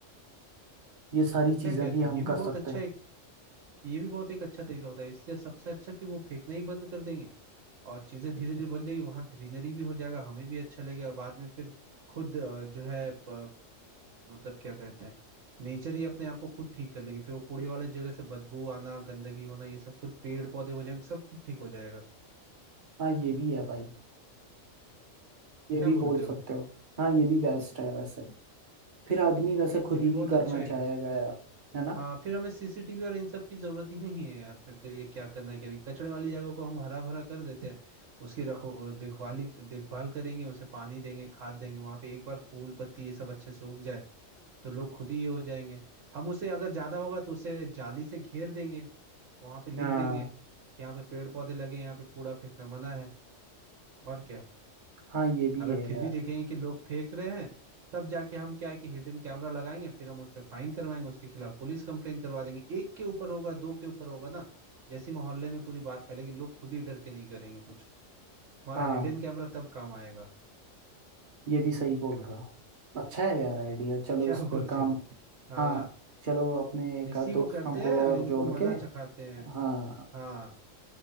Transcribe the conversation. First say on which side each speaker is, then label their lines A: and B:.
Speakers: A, on the right; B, on the right.
A: ये सारी
B: क्या
A: चीजें
B: कहते
A: भी हम
B: हो ये भी
A: कर
B: बहुत
A: सकते
B: अच्छा
A: हैं
B: एक ये भी बहुत एक अच्छा तरीका बताया इससे सबसे अच्छा कि वो फेंकना ही बंद कर देंगे और चीजें धीरे धीरे बन जाएगी वहां ग्रीनरी भी हो जाएगा हमें भी अच्छा लगेगा और बाद में फिर खुद अ, जो है प, मतलब क्या कहते हैं नेचर ही अपने आप को खुद ठीक कर लेगी फिर वो कूड़े वाले जगह से बदबू आना गंदगी होना ये सब खुद पेड़ पौधे हो जाएंगे सब खुद ठीक हो जाएगा
A: हाँ ये भी है भाई ये
B: क्या
A: भी
B: बोलते
A: बोल सकते
B: हो
A: हो हाँ ये भी बेस्ट है वैसे फिर आदमी वैसे खुद
B: ये भी
A: ही नहीं
B: बहुत
A: करना
B: अच्छा है
A: चाहेगा यार है ना
B: हाँ फिर हमें सीसीटीवी और इन सब की जरूरत ही नहीं है यार फिर तो ये क्या करना है क्या नहीं कचड़े वाली जगह को हम हरा भरा कर देते हैं उसकी रखो देखभाली देखभाल करेंगे उसे पानी देंगे खाद देंगे वहां पे एक बार फूल पत्ती ये सब अच्छे से उग जाए तो लोग खुद ही ये हो जाएंगे हम उसे अगर ज्यादा होगा तो उसे जाली से घेर देंगे वहां पे लिख
A: हाँ
B: देंगे कि यहाँ पे पेड़ पौधे लगे यहाँ पे कूड़ा फेंकना मना है और क्या
A: हाँ ये भी
B: अगर
A: है
B: फिर
A: यार
B: भी देखेंगे कि लोग फेंक रहे हैं तब जाके हम क्या है कि हिडन कैमरा लगाएंगे फिर हम उस पर फाइन करवाएंगे उसके खिलाफ पुलिस कंप्लेन करवा देंगे एक के ऊपर होगा दो के ऊपर होगा ना जैसी मोहल्ले में पूरी बात फैलेगी लोग खुद ही डर के नहीं करेंगे कुछ तुम्हारा
A: हाँ
B: हिडन कैमरा तब काम आएगा
A: ये भी सही बोल रहे हो अच्छा है यार आइडिया
B: <laughs>
A: चलो
B: क्या
A: इस पे
B: बोलते
A: काम
B: हो हाँ
A: हाँ चलो अपने एक
B: इसी
A: आध दोस्तों
B: को करते
A: को
B: हैं और
A: और
B: इनको
A: जोड़
B: मजा
A: के
B: चखाते हैं
A: हाँ
B: हाँ